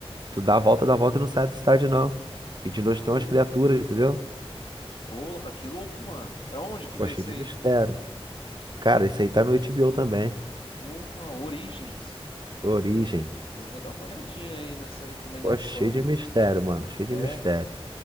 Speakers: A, on the right; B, on the left.
A: Tu dá a volta,
B: Porra,
A: dá a volta e não sai da cidade, não. E de noite
B: caramba.
A: tem umas criaturas, entendeu?
B: Porra, que louco, mano. É onde que
A: Pô,
B: veio
A: cheio
B: esse
A: de
B: aí?
A: mistério. Cara, esse aí tá no HBO também.
B: Porra, Origens.
A: Origem.
B: Eu vou dar uma olhadinha aí nessa recomendação,
A: Pô, cheio de
B: mano.
A: mistério, mano. Cheio de
B: É?
A: mistério.